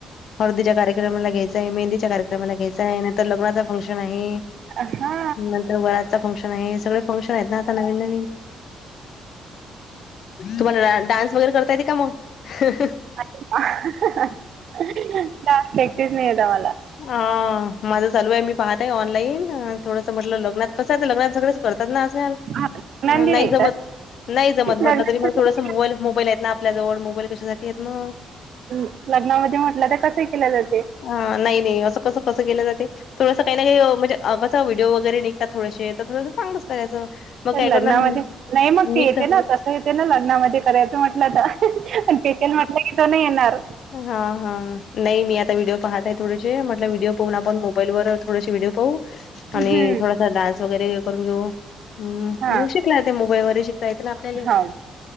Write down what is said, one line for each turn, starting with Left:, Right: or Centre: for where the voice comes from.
Left: हळदीच्या कार्यक्रमाला घ्यायचाय, मेहंदीच्या कार्यक्रमाला घ्यायचाय. तर लग्नाचा फंक्शन आहे.
Right: अ हा.
Left: नंतर वरातचा फंक्शन आहे. सगळ फंक्शन आहेत ना, आता नवीन नवीन तुम्हाला डान्स वगैरे करता येते का मग? <inaudible>
Right: <inaudible> डान्स प्रेक्टीस नाही होत आम्हाला.
Left: अ माझं चालू हाय. मी पाहतय ऑनलाईन थोडंसं म्हणल, लग्नात कसं आता लग्नात सगळ करतात ना अस्याल,
Right: हा लग्नांदी
Left: नाही जमत.
Right: तस
Left: नाही जमत म्हटलं
Right: लग्नाची
Left: तरी, पण थोडंस मोबाईल मोबाईल आहेत ना आपल्याजवळ. मोबाईल कशासाठी आहेत ना म?
Right: हुं. लग्नामध्ये म्हटलं तर कसे केले जाते?
Left: हा नाही नाही असं कसं! कसं केलं जाते? थोडंस काही नाही काही म्हणजे अ कसा व्हडिओ वगैरे, निघतात थोडेसे, तर थोडंसं चागलंच करायचं. मग
Right: पण
Left: काय
Right: लग्नामध्ये
Left: करणार
Right: नाही ना? ती
Left: मी
Right: येते
Left: तर
Right: ना आता हो येतें त ना लग्नामध्ये करायचं म्हटलं तर, पण किचन म्हटलं की, तो नाही येणार.
Left: हा हा. नाही मी आता व्हिडिओ पाहत आहे थोडेसे म्हटल, व्हिडिओ पाहून आपण मोबाईल वर थोडेसे व्हिडिओ पाहू.
Right: हम्म
Left: आणि थोडासा डान्स वगैरे हे करून घेऊ. हुं.
Right: हा
Left: मग शिकला ते मोबाईल वर शिकता येत ना आपल्याला?
Right: हा